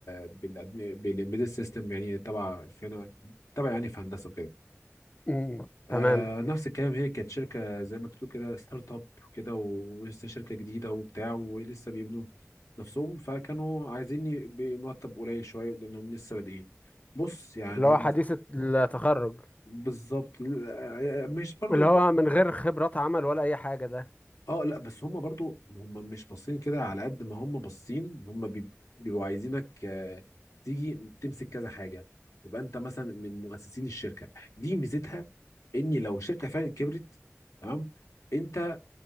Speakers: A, on the left; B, on the left.
A: بال بالامبيدد سيستم يعني تبع فينا تبع يعني في هندسة وكده
B: مم.
A: آه
B: تمام
A: نفس الكلام هي كانت شركة زي ما تقول كده ستارت اب كده و- ولسه شركة جديدة وبتاع ولسه بيبنوا نفسهم فكانوا عايزين ي- بمرتب قليل شوية لأنهم لسه بادئين بص يعني
B: اللي هو حديث التخرج
A: بالظبط آه، مش برضو
B: اللي هو
A: بص
B: من غير خبرات عمل ولا اي حاجة ده
A: اه لا بس هم برضو هم مش باصين كده على قد ما هم باصين هم بيب- بيبقوا عايزينك آه، تيجي تمسك كذا حاجة تبقى انت مثلا من مؤسسين الشركة دي ميزتها ان لو الشركة فعلا كبرت تمام انت